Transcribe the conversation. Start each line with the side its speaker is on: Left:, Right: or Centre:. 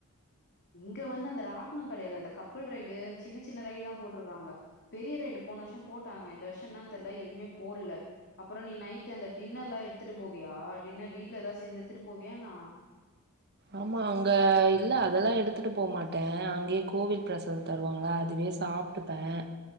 Left: இங்க வந்து அந்த ராட்னம் கெடையாது அந்த கப்பல் ரைடு அந்த சின்ன சின்ன ரைடு தான் போட்ருக்காங்க பெரிய ரைடு போன வருஷம் போட்டாங்க இந்த வருஷம் என்ன தெரிலா எதுவுமே போடல அப்பறம் நீ நைட் அந்த டின்னர் எல்லாம் எடுத்துட்டு போவியா டின்னர் வீட்டுல ஏதா சேந்து எடுத்துட்டு போவியானா என்ன
Right: ஆமா அங்க இல்ல அதெல்லாம் எடுத்துட்டு போகமாட்டேன் அங்கேயே கோவில் பிரசாதம் தருவாங்களா அதுவே சாப் ட்டுப்பேன்